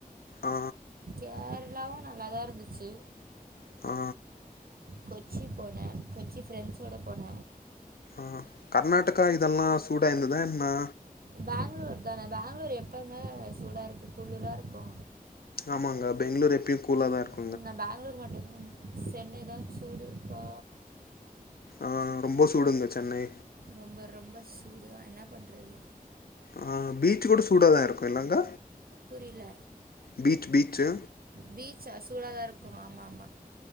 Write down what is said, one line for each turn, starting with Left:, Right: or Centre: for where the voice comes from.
Left: ஆ
Right: கேர்ளாவு நல்லாதா இருந்துச்சு
Left: ஆ
Right: கொச்சி போன கொச்சி ஃப்ரெண்ஸ்ஸோட போன
Left: ஆ கர்நாடக்கா இதெல்லா சூடா இருந்துதா என்ன
Right: பங்ளூர் தான பங்ளூர் எப்பங்க சூடா இருக்கு குளுரா இருக்கு
Left: ஆமாங்க பெங்ளூர் எப்யு கூலாதாருக்கு
Right: ம் நா பங்ளூர் மட்டுதா சென்னை தா சூடு ப்பா
Left: ஆ ரொம்ப சூடுங்க சென்னை
Right: ரொம்ப ரொம்ப சூடு தா என்ன பண்றது
Left: ஆ பீச் கூட சூடாதாங்க இருக்கு இல்லங்க
Right: புரியல
Left: பீச் பீச்சு
Right: பீச்சா சூழாதா இருக்கு ஆமா ஆமா